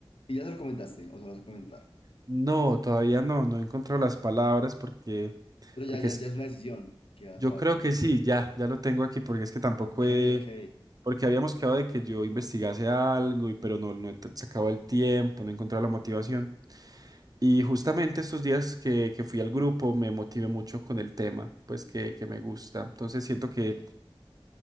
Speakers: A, on the left; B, on the right.
A: Y ya se lo comentaste, o se lo vas a comentar.
B: No, todavía no, no he encontrado las palabras porque,
A: Pero
B: porque
A: ya, ya,
B: sí,
A: ya es una decisión que vas
B: yo
A: a tomarte
B: creo
A: un
B: que
A: tiempo.
B: sí, ya, ya lo tengo aquí porque es que tampoco
A: Ok,
B: he,
A: ok,
B: porque habíamos quedado de que yo investigase algo y pero no, no he t- sacado el tiempo, no he encontrado la motivación. Y justamente estos días que, que fui al grupo me motivé mucho con el tema, pues que, que me gusta. Entonces siento
A: ok.
B: que